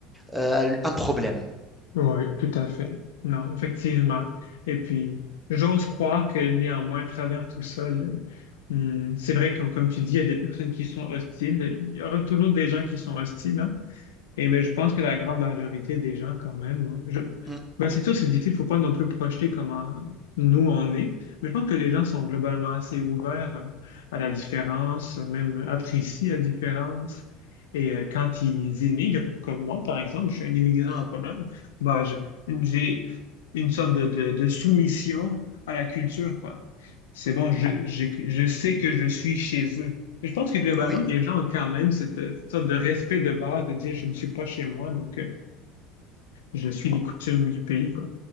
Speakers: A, in the centre; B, on the left (about 80°).
A: heu, un problème.
B: Oui, tout à fait. Non, effectivement. Et puis, j'ose croire que néanmoins, à travers tout ça, là, hmm, c'est vrai que, comme tu dis, il y a des personnes qui sont hostiles. Il y aura toujours des gens qui sont hostiles, hein, Et mais je pense que la grande majorité des gens, quand même, hein, je...
A: Mmh
B: ben, c'est sûr, c'est difficile, faut pas non plus projeter comment nous on est, mais je pense que les gens sont globalement assez ouverts euh, à la différence, euh, même apprécient la différence. Et euh, quand ils immigrent, comme moi, par exemple, je suis un immigrant
A: mh.
B: en Pologne, ben, je- j'ai une sorte de, de, de soumission à la culture, quoi. C'est bon, je, je, je sais que je suis chez eux. Je pense que globalement,
A: Oui,
B: les gens ont quand même cette euh, sorte de respect de base de dire je ne suis pas chez moi, donc euh, je suis les coutumes du pays, quoi.